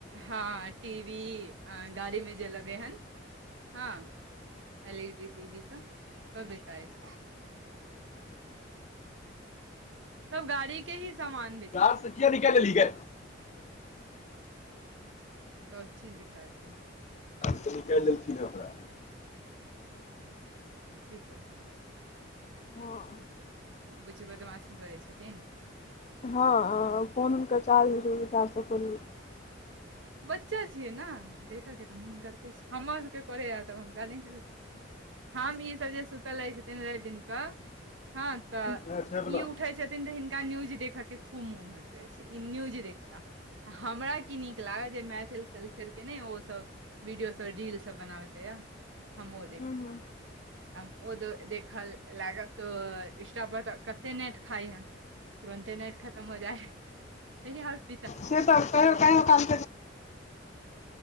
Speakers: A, on the right (about 75°); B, on the left (about 40°).
A: हँ टी वी गाड़ीमे जे लगै हन हँ L E D T V स सब बिकाइछै सब गाड़ी के ही सामान बेचै
B: कार
A: छथिन
B: से किया निकैललीही गे
A: सब चीज बिकाइ छै
B: क देलखिन ने हमरा
A: की करू
B: हं
A: बुच्ची बदमाशी करै छथिन
B: हँ फोन हुनकर चार्ज <unintelligible>
A: बच्चा छियै ना देखऽ के तऽ मोन करते छै हमरा सबके करै तऽ हुनका नइ करै छै हम ई सब जे सुतल रहै छथिन रैब दिन कऽ हँ तऽ
B: वएह छै बला
A: ई उठै छथिन तऽ हिनका न्यूज देखऽ के खूब मोन होइत अछि ई न्यूज देखता हमरा की नीक लागत जे मैथिली कल्चर के ने ओसब वीडियो सब रीलसब बनाबैत रहैया हम वो देखब
B: हँ
A: हम ओ देखऽ लागब तऽ इंस्टा पर तऽ कते नेट खाइ हे तुरन्ते नेट खतम हो जाए हए <unintelligible>
B: से त कहियो काल